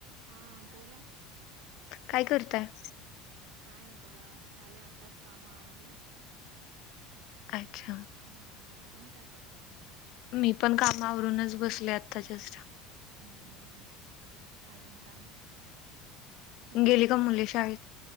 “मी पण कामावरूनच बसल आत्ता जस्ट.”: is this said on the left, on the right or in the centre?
Left